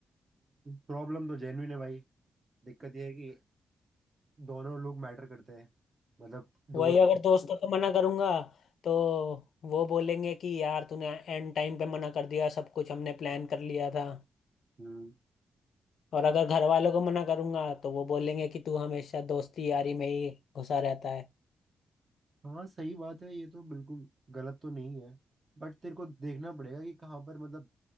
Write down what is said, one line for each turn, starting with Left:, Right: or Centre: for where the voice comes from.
Right: प्रॉब्लम तो जेन्युइन है भाई दिक्कत यह है कि दोनों लोग मैटर करते हैं मतलब दोस्त
Left: वही अगर दोस्तों को मना करूंगा तो वो बोलेंगे कि यार तूने एंड टाइम पे मना कर दिया सब कुछ हमने प्लान कर लिया था
Right: हम्म
Left: और अगर घर वालों को मना करूंगा तो वो बोलेंगे कि तू हमेशा दोस्ती यारी में ही घुसा रहता है
Right: हाँ सही बात है ये तो बिल्कुल गलत तो नहीं है बट तेरे को देखना पड़ेगा कि कहाँ पर मतलब